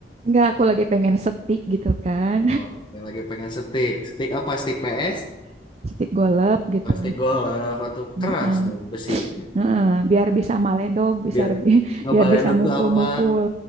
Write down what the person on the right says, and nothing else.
enggak aku lagi pengen setik gitu kan
<laughs> setik golep gitu
Heeh,
heeh. Biar bisa maledog, bisa
lebih- <laughs>
biar bisa mukul-mukul,